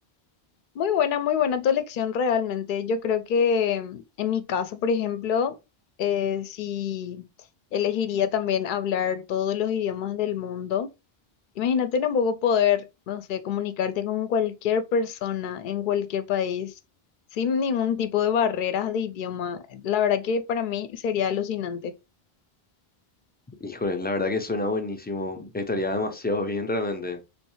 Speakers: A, on the left; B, on the left.
A: Muy buena, muy buena tu elección realmente. Yo creo que mm, en mi caso, por ejemplo, eh, si elegiría también hablar todos los idiomas del mundo, imagínate tampoco poder, no sé, comunicarte con cualquier persona en cualquier país sin ningún tipo de barreras de idioma. La verdad que para mí sería alucinante.
B: Híjole, la verdad que suena buenísimo. Estaría demasiado <laughs> bien realmente.